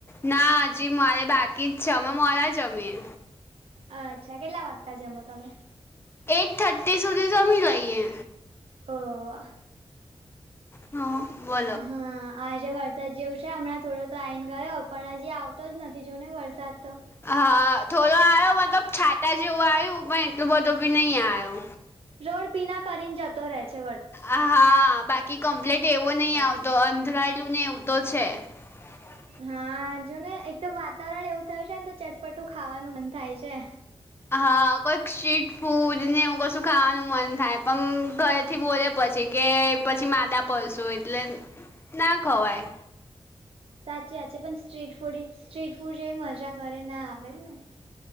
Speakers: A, on the left (about 20°); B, on the right (about 65°).
A: ના હજી મારે બાકી જ છે અમે મોળા જમીએ.
B: અચ્છા કેટલા વાગતા જમો તમે.
A: એઈટ થર્ટી સુધી જમી લઈએ.
B: ઓ આ
A: હા બો
B: હા આજે વરસાદ જેવું છે હમણાં થોડો તો આવીને ગયો પણ હજી આવતો જ નથી. થી જો ને વરસાદ તો
A: હા થોડો આયો મતલબ છાતા જેવું આવ્યું પણ એટલું બધું બી નહી આયો.
B: રોડ ભીના કરીને જતો રહે છે વર
A: હા બાકી કમ્પ્લેટ એવો
B: વરસાદ
A: નહી આવતો અંધરાયેલું ને એવું તો છે. <inaudible>
B: હા જો ને એક તો વાતાવરણ એવું થયું છે ને તો ચટપટું ખાવાનું મન થાય છે.
A: હા, કોઈક સ્ટ્રીટ ફૂડ ને હું કશું ખાવાનું મન થાય પણ ઘરેથી બોલે પછી કે પછી માદા પડશો એટલે ના ખવાય.
B: સાચી વાત છે. પણ સ્ટ્રીટ ફૂડ સ્ટ્રીટ ફૂડ જેવી મજા ઘરે ના આવે ને.